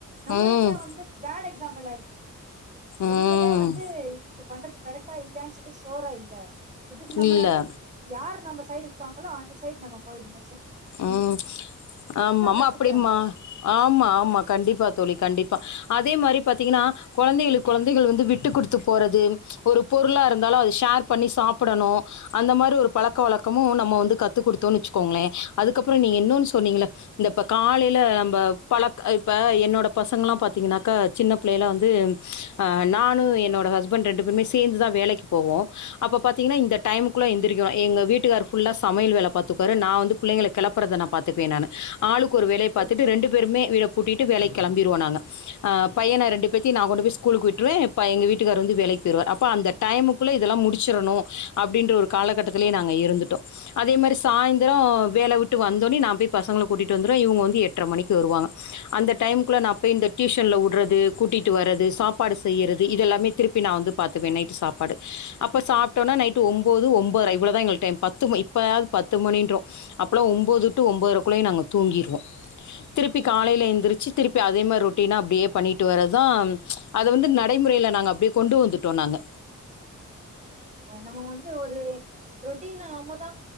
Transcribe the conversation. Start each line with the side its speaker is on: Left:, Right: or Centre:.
Right: நம்மளுக்கே
Left: ம்
Right: வந்து பேட் எக்சாம்பிளா ஆயிட்றோ
Left: ம்
Right: இவுங்களே வந்து இது பண்றது கரெக்டா இல்லயான்னு சொல்லி சுயரா இல்ல இதுக்கு நம்ம
Left: இல்லை
Right: வந்து யார் நம்ம சைடு இருக்காங்களோ அந்த சைடு நம்ம போயிட்ணு
Left: ம் ஆமமா
Right: கத்துக்குறாங்க
Left: அப்டிம்மா ஆமா ஆமா கண்டிப்பா தோழி கண்டிப் ப அதே மாரி பாத்திங்கனா கொழந்தைகளுக்கு கொழந்தைகள் வந்து விட்டு குடுத்து போறது ஒரு பொருளாருந்தாலு அது ஷேர் பண்ணி சாப்பிடணு அந்த மாரி ஒரு பழக்க வழக்கமு நம்ம வந்து கத்து குடுத்தோன்னு வெச்சுக்கோங்ளே அதுக்கப்பற நீங்க இன்னோனு சொன்னிங்கல இந்த இப்ப காலையில நம்ப பழக்க இப்ப என்னோட பசங்கல்லா பாத்திங்கன்னாக்க சின்ன பிள்ளைல வந்து நானு என்னோட ஹஸ்பண்ட் ரெண்டு பேருமே சேந்துதா வேலைக்கு போவோ அப்ப பாத்திங்கன்னா இந்த டைமுக்குள்ள எந்திரிக்கோ எங்க வீட்டுக்கார் ஃபுல்லா சமையல் வேல பாத்துப்பாரு நா வந்து புள்ளைங்கள கெளப்புறத நா பாத்துக்குவே நானு ஆளுக் கொரு வேலய
Right: சரி
Left: பாத்துட்டு
Right: சரி
Left: ரெண்டு பேருமே வீட பூட்டிட்டு வேலைக்கு கெளம்பிருவோ நாங்க ஆ பையன ரெண்டு பேத்தியு நா
Right: ம்
Left: கொண்டு போயி ஸ்கூலுக்கு விட்ருவே ப்பா எங்க வீட்டுக்காரு வந்து வேலைக்கு போயிருவாரு அப்ப அந்த டைமுக்குள்ள இதெல்லா முடிச்சிரணு அப்டின்ற ஒரு காலகட்டத்துலயே
Right: ஆமா
Left: நாங்க இருந்துட்டோ அதே மாரி சாய்ந்தர வேல விட் டு வந்தோனே நா போய் பசங்கள கூட்டிட்டு வந்துருவே இவுங்க வந்து எட்ர மணிக்கு வருவாங்க அந்த டைம்க்குள்ள நா போய் இந்த டியூஷன்ல உடறது கூட்டிட்டு வர்றது சாப்பாடு செய்யறது இதெல்லாமே திருப்பி நா வந்து பாத்துக்வே நைட்டு சாப்பாடு அப்ப சாப்ட்டோன நைட்டு ஒம்போது ஒம்போதர இவ்ளதா எங்களுக்கு டைம் பத்து இப்பயாது பத்து மணின்றோ அப் பலா ஒம்போது டூ ஒம்பதரைக்குளயா நாங்க தூங்கிருவோ திருப்பி
Right: ஆமா
Left: காலைல எந்திரிச்சு திருப்பி அதே மார் ரொட்டீனா அப்டியே பண்ணிட்டு வரதா அத வந்து நடைமுறைல நாங்க அப்டியே கொண்டு வந்துட்டோ நாங்க
Right: நம்ம வந்து ஒரு ரொட்டினா நம்மதா